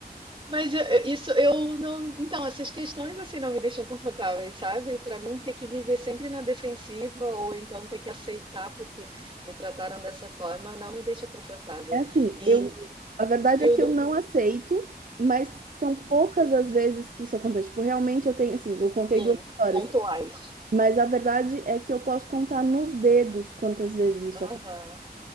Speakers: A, on the right; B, on the right.
A: Mas eu- eu- isso eu não. Então, essas questões assim não me deixam confortáveis, sabe? Pra mim, ter que viver sempre na defensiva ou então ter que aceitar porque me trataram dessa forma não me deixa confortável.
B: É assim,
A: E
B: eu, a verdade
A: eu
B: é que
A: dou,
B: eu não aceito, mas são poucas as vezes que isso acontece. Tipo, realmente eu tenho, assim, eu contei
A: enfim,
B: duas histórias.
A: pontuais.
B: Mas a verdade é que eu posso contar nos dedos quantas vezes
A: Aham.
B: isso aconteceu.